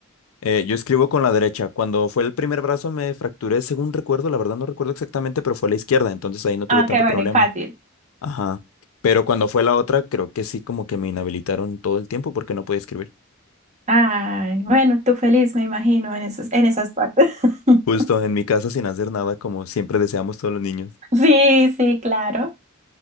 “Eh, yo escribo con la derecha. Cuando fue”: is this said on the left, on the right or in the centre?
Left